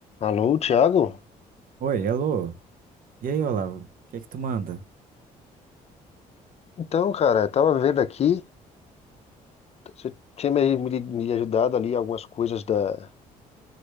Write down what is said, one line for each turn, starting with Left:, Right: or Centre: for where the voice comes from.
Left: Alô, Thiago?
Right: Oi, alô. E aí, Olavo? O que é que tu manda?
Left: Então, cara, eu tava vendo aqui, você tinha me, me- me ajudado ali algumas coisas da,